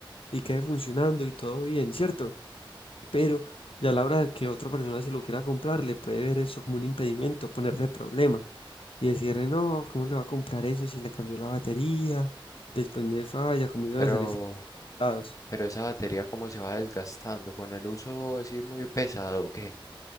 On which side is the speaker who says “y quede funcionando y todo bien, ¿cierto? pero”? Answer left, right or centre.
Left